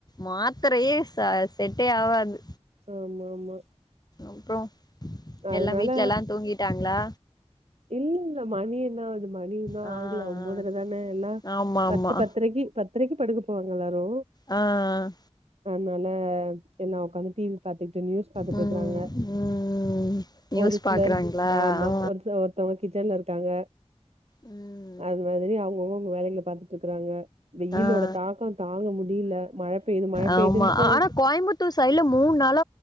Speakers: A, on the left (about 35°); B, on the right (about 65°).
A: மாத்தரயே ச செட்டே ஆவாது
B: ஆமா ஆமா
A: அப்றோ
B: அதனால
A: எல்லா வீட்ல எல்லா தூங்கிட்டாங்ளா
B: இல்ல இல்ல மணி என்னாவுது மணி இன்னோ
A: ஆ,
B: ஆகுல ஒன்பதர
A: ஆ.
B: தானே எல்லா
A: ஆமாமா.
B: பத்து பத்தரக்கி பத் தரக்கி படுக்க போவாங்க எல்லாரு
A: அ ஆ
B: அதனால எல்லா உக்காந்து டி வி பாத்துக்கிட்டு நியூஸ் பாத்துட்டு
A: ம்
B: இருக்குறாங்க
A: ம் நியூஸ்
B: ஒரு சிலர்
A: பாக்குறாங்களா
B: ஆமா
A: ஆ
B: ஒரு சில ஒருத்தங்க கிச்சன்ல இருக்காங்க
A: ம்
B: அது மாதிரி அவுங்க அவுங்க அவுங்க வேலைகள பாத்துட்டு இருக்கறாங்க வெய்யிலோட
A: ஆ
B: தாக்க தாங்க முடியில மழ பெயுது மழ
A: ஆமா
B: பெய்யுதுன்னட்டு
A: ஆனா <unintelligible> சைட்ல மூண் நாள